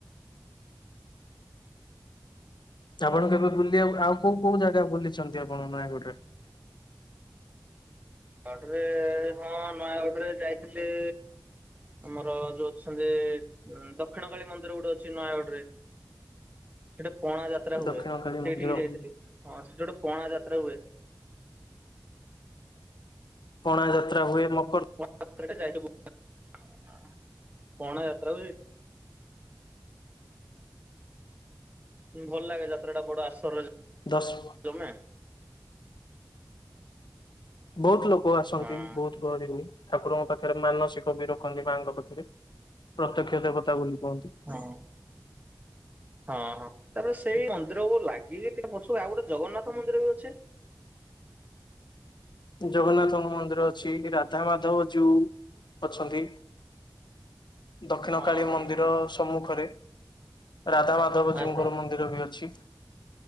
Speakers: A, on the left (about 80°); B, on the right (about 20°).
A: ଆପଣ କେବେ ବୁଲିବାକୁ ଆଉ କୋଉ କୋଉ ଜାଗା ବୁଲିଛନ୍ତି ଆପଣ ନୟାଗଡରେ?
B: ତାପରେ ହଁ ନୟାଗଡରେ ଯାଇଥିଲି। ଆମର ଯୋଉ ଅଛନ୍ତି ଦକ୍ଷିଣ କାଳୀ ମନ୍ଦିର ଗୋଟେ ଅଛି ନୟାଗଡ ରେ। ସେଠେ ପଣା ଯାତ୍ରା ହୁଏ
A: ଦକ୍ଷିଣ କାଳୀ
B: ସେଇଠିକି
A: ମନ୍ଦିର
B: ଯାଇଥିଲି ହଁ ସେ ଯଉଠେ ପଣା ଯାତ୍ରା ହୁଏ।
A: ପଣା ଯାତ୍ରା ହୁଏ ମ
B: <inaudible> ପଣା ଯାତ୍ରା ହୁଏ। ଭଲ ଲାଗେ ଯାତ୍ରା ଟା ବଡ ଆସର
A: ଦଶ
B: ଜମେ
A: ବହୁତ ଲୋକ ଆସନ୍ତି
B: ହଁ।
A: ବହୁତ ଗହଳି ହୁଏ ଠାକୁରଙ୍କ ପାଖେରେ ମାନସିକ ବି ରଖନ୍ତି ମାଙ୍କ ପାଖେରେ। ପ୍ରତ୍ୟକ୍ଷ ଦେବତା ବୋଲି କୁହନ୍ତି।
B: ହଁ। ହଁ ହଁ ତାପରେ ସେଇ ମନ୍ଦିରକୁ ଲାଗିବି ଟିକେ ପଛୁ ଆଉ ଗୋଟେ ଜଗନ୍ନାଥ ମନ୍ଦିର ବି ଅଛି।
A: ଜଗନ୍ନାଥଙ୍କ ମନ୍ଦିର ଅଛି ରାଧାମାଧବ ଜୀଉ ଅଛନ୍ତି। ଦକ୍ଷିଣକାଳୀ
B: ହଁ
A: ମନ୍ଦିର ସମ୍ମୁଖରେ ରାଧାମାଧବ ଜୀଉଙ୍କର
B: ଆଚ୍ଛା ଆଚ୍ଛା
A: ମନ୍ ନ୍ଦୀର ବି ଅଛି